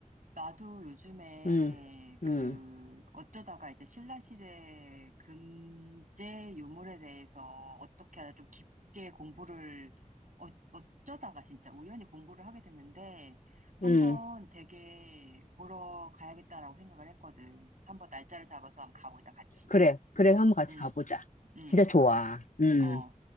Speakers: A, on the right; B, on the left.
A: 나도 요즘에
B: 음,
A: 그
B: 음,
A: 어쩌다가 이제 신라시대 금제 유물에 대해서 어떻게 하다 좀 깊게 공부를 어, 어쩌다가 진짜 우연히 공부를 하게 됐는데 한번
B: 음.
A: 되게 보러 가야겠다라고 생각을 했거든. 한번 날짜를 잡아서 한번 가보자 같이.
B: 그래. 그래, 한번 같이
A: 응,
B: 가보자.
A: 응,
B: 진짜 좋아. 음.
A: 어.